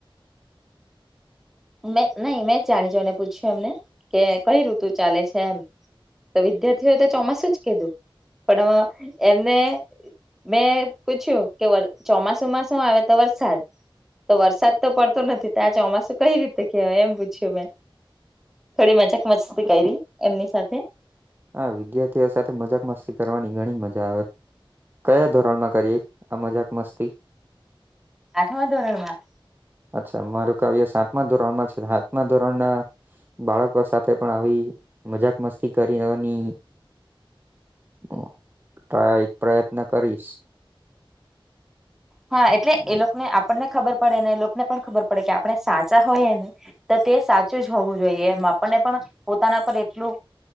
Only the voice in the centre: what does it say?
મેં નઈ મેં જ જાણી જોઈ અને પૂછ્યું એમને કે કઈ ઋતુ ચાલે છે એમ. તો વિદ્યાર્થીઓએ તો ચોમાસુંજ કીધું પણ એમને-' મેં પૂછ્યું કે ચોમાસુંમાં શું આવે તો વરસાદ. તો વરસાદ તો પડતો નથી ત્યાં ચોમાસું કઈ રીત તો કેવાય એમ પૂછ્યું મે થોડી મજાક મસ્તી કરી એમની સાથે
આઠવા ધોરણમાં.
હા એટલે એ લોકોને આપણને ખબર પડે ને એ લોકોને પણ ખબર પડે કે આપણે સાચા હોય ને. તો તે સાચું જ હોવું જોઈએ એમ આપણને પણ પોતાના પર એટલું-'